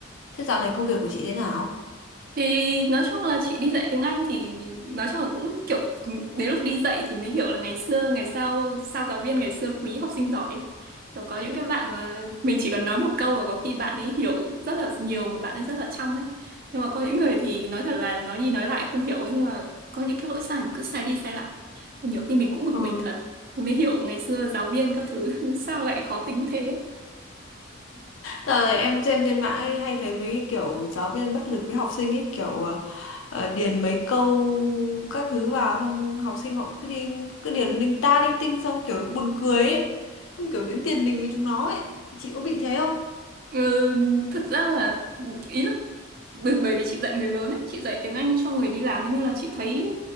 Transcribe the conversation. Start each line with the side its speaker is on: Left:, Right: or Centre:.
Left: Thế dạo này công việc của chị thế nào?
Right: Thì nói chung là chị đi dạy tiếng Anh thì nói chung là cũng kiểu đến lúc đi dạy thì mới hiểu là ngày xưa ngày sau sao giáo viên ngày xưa quý học sinh giỏi. ấy. Kiểu có những cái bạn mà mình chỉ cần nói một câu và có khi bạn ấy hiểu rất là nhiều mà bạn ấy rất là trong ấy. Nhưng mà có những người thì nói thật là nói đi nói lại không hiểu ấy nhưng mà có những cái lỗi sai mà cứ sai đi sai lại. Nhiều khi mình cũng bực
Left: Ừ.
Right: mình thật. Mới hiểu ngày xưa giáo viên các thứ <laughs> sao lại khó tính thế.
Left: Giờ em xem trên mạng ấy, hay thấy mấy cái kiểu giáo viên bất lực với học sinh ấy kiểu ờ, ờ, điền mấy câu các thứ vào xong học sinh họ cứ đi cứ điền linh ta linh tinh xong kiểu buồn cười ấy. Xong kiểu đến tiền đình với chúng nó ấy. Chị có bị thế không?
Right: Ừ, thực ra là ừ, ý là bởi bởi vì chị dạy người lớn ấy, chị dạy tiếng Anh cho người đi làm ấy, nên là chị thấy